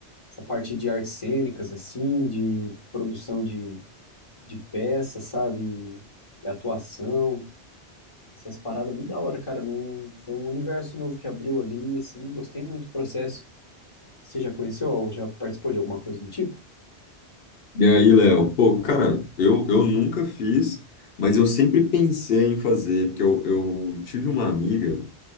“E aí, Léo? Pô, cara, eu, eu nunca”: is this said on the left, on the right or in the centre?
Left